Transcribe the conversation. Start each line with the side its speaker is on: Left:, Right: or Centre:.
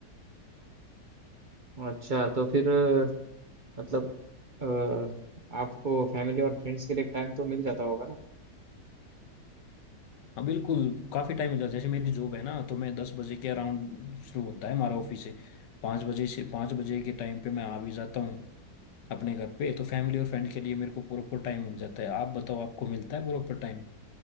Right: अच्छा तो फिर अ, मतलब अ, आपको फैमिली और फ्रेंड्स के लिए टाइम तो मिल जाता होगा ना
Left: हाँ बिल्कुल काफ़ी टाइम हो जाता है जैसे मेरी जॉब है ना तो मैं दस बजे के अराउंड शुरू होता है हमारा ऑफिस से पाँच बजे से पाँच बजे के टाइम पे मैं आ भी जाता हूँ अपने घर पे तो फैमिली और फ्रेंड के लिए मेरे को प्रॉपर टाइम मिल जाता है आप बताओ आपको मिलता है प्रॉपर टाइम